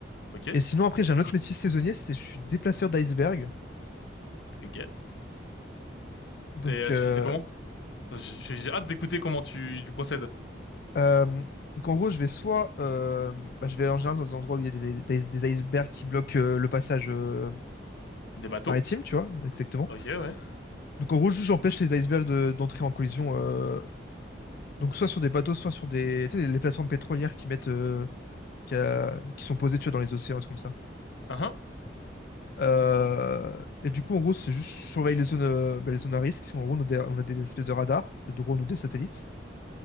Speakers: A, on the left (about 80°); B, on the left (about 50°).
A: ok.
B: Et sinon après j'ai un autre métier saisonnier, c'est je suis déplaceur d'iceberg.
A: Ok. Et
B: Donc
A: euh,
B: euh,
A: tu fais ça comment? Parce que J'ai j'ai hâte d'écouter comment tu tu procèdes.
B: Euh, donc en gros, je vais soit, euh, bah, je vais en général dans des endroits où il y a des, des- des icebergs qui bloquent euh, le passage euh,
A: Des bateaux.
B: maritime, tu vois, exactement.
A: Ok ouais.
B: Donc en gros, juste j'empêche les icebergs de- d'entrer en collision, euh, donc soit sur des bateaux, soit sur des, tu sais, les plateformes pétrolières qui mettent, euh, qui, a- qui sont posées, tu vois, dans les océans, des trucs comme ça.
A: uh
B: Euh, et du coup, en gros, c'est juste je surveille les zones, euh, bah, les zones à risque. En gros, on a des, on a des espèces de radars, de drones ou des satellites.